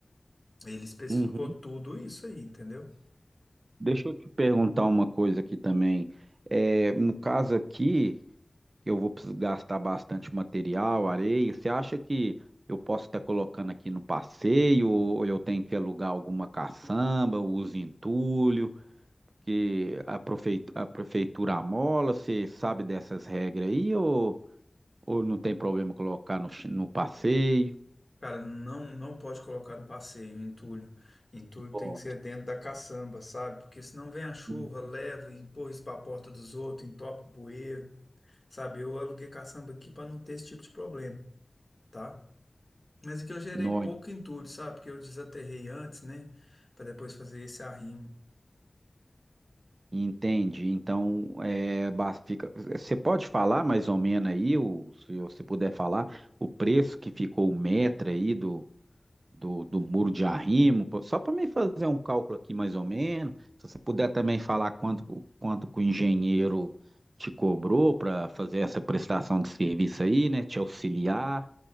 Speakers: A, on the left (about 30°); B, on the right (about 75°).
A: Ele especificou
B: Uhum.
A: tudo isso aí, entendeu?
B: Deixa eu te perguntar uma coisa aqui também. É, no caso aqui, eu vou precisar gastar bastante material, areia. Você acha que eu posso estar colocando aqui no passeio, ou eu tenho que alugar alguma caçamba, uso entulho, que a prefei- a prefeitura amola? Você sabe dessas regras aí, ou, ou não tem problema colocar no, chi- no passeio?
A: Cara, não, não pode colocar no passeio, entulho. Entulho
B: Ó,
A: tem que ser dentro da caçamba, sabe? Porque senão vem a chuva,
B: Uhum.
A: leva, e empurra isso para a porta dos outros, entope o bueiro, sabe? Eu aluguei caçamba aqui para não ter esse tipo de problema, tá? Mas é que eu gerei
B: Nó,
A: pouco entulho, sabe? Porque eu desaterrei antes, né? Para depois fazer esse arrimo.
B: Entende? Então, é, bas- fica, você pode falar mais ou menos aí, o, se você puder falar, o preço que ficou o metro aí do, do, do muro de arrimo, pô, só para me fazer um cálculo aqui mais ou menos. Se você puder também falar quanto, co- quanto que o engenheiro te cobrou para fazer essa prestação de serviço aí, né? Te auxiliar.